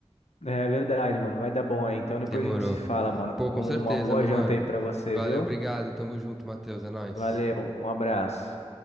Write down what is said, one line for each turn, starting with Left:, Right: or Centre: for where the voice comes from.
Left: É verdade, mano. Vai dar bom aí. Então depois
Centre: Demorou.
Left: a gente se fala, mano.
Centre: Pô,
Left: Uma
Centre: com certeza,
Left: boa
Centre: meu
Left: janta
Centre: mano.
Left: aí pra você,
Centre: Valeu,
Left: viu?
Centre: obrigado. Tamo junto, Matheus. É nóis.
Left: Valeu, um abraço.